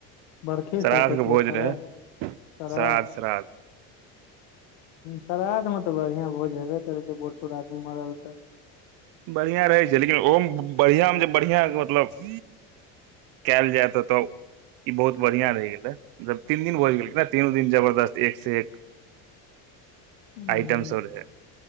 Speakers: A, on the left; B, on the right.
A: बर्खी
B: श्राद्ध
A: सब ककरो
B: के भोज
A: शरा
B: रहै
A: शराद
B: श्राद्ध श्राद्ध
A: श्राध मे तऽ बढ़ियां भोज हेबे करै छै बूढ़ सूढ़ आदमी मरल तऽ
B: बढ़िआं रहै छै लेकिन ओहोमे बढ़िआ मे जे बढ़िआं मतलब क‌एल जाय तऽ तऽ ई बहुत बढ़िया रहि गेले मतलब तीन दिन भोज केलकै न तीनू दिन जबरदस्त एक से एक
A: हूँ
B: आइटम सब रहै